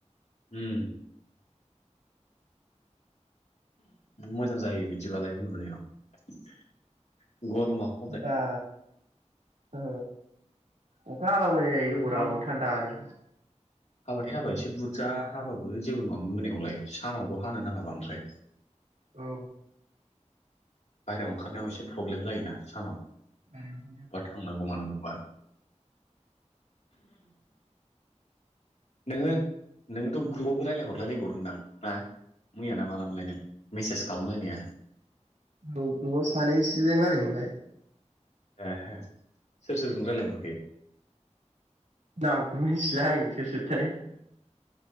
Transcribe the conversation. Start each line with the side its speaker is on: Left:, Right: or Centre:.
Left: उम मोजां जायो बिदिबालाय उन्दुनायाव गरमाव।
Right: दा ओ अखा हाबा मोजां
Left: खिन्थु
Right: जायो हराव
Left: हाब
Right: थान्दानो।
Left: हाबाथाय हाबा एसे बुरजा हाबाबो जेबो नङामोन मोनायावलाय। सानावबो हानो नाङा बांद्राय।
Right: औ।
Left: बाहेरायाव ओंखारनायाव एसे प्रब्लेम जायोना सानाव
Right: आरो औ
Left: बा थांनां बबा थांनां गौबा। नोङो नोङोथ' ग्रुपावबो रायलाय हरलायबावदोंदां ना मैया नाम। मालामोनलाय नों मेसेज खालामलायनाया।
Right: औ गोबाव सानैसोजों रायलाय मोनबाय।
Left: ए हे सोर सोरजों रायलायनो मोनखो।
Right: नामखौबो मिथिला आङो सोर सोर थाय